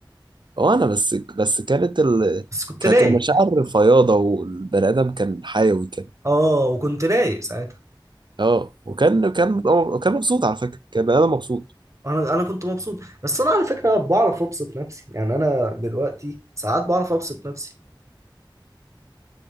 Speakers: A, on the right (about 65°); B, on the right (about 35°).
A: هو انا بس بس كانت ال...
B: بس كنت
A: كانت
B: رايق
A: المشاعر فياضه والبني ادم كان حيوي كده
B: اه وكنت رايق ساعتها
A: اه وكان كان هو- كان مبسوط على فكرة كان بني آدم مبسوط
B: انا انا كنت مبسوط بس انا على فكره بعرف ابسط نفسي يعني انا دلوقتي ساعات بعرف ابسط نفسي